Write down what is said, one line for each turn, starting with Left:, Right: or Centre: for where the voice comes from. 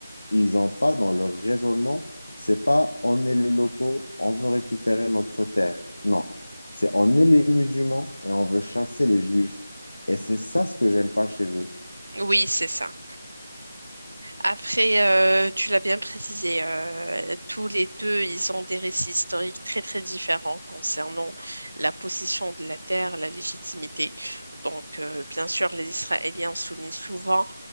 Left: ils n'ont pas dans leur raisonnement, c'est pas on est les locaux, on veut récupérer notre terre. Non, c'est on est les musulmans et on veut chasser les juifs. Et c'est ça ce que j'aime pas chez eux.
Right: Oui, c'est ça. Après, euh, tu l'as bien précisé, euh, tous les deux, ils ont des récits historiques très très différents concernant la possession de la terre, la légitimité. Donc, euh, bien sûr, les Israéliens soulignent souvent